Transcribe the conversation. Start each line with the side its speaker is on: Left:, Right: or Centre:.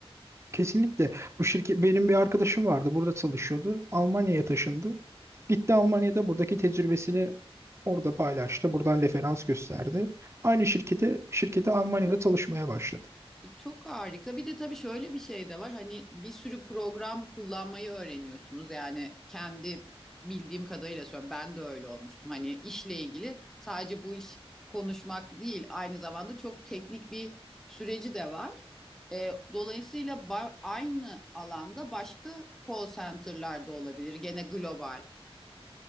Right: Kesinlikle. Bu şirket benim bir arkadaşım vardı. Burada çalışıyordu. Almanya'ya taşındı. Gitti Almanya'da buradaki tecrübesini orada paylaştı. Buradan referans gösterdi. Aynı şirkete şirkete Almanya'da çalışmaya başladı.
Centre: E, Çok harika. Bir de tabii şöyle bir şey de var. Hani bir sürü program kullanmayı öğreniyorsunuz. Yani kendi bildiğim kadarıyla söylüyorum. Ben de öyle olmuştum. Hani işle ilgili sadece bu iş konuşmak değil, aynı zamanda çok teknik bir süreci de var. Ee, dolayısıyla ba- aynı alanda başka call center'lar da olabilir. Gene global.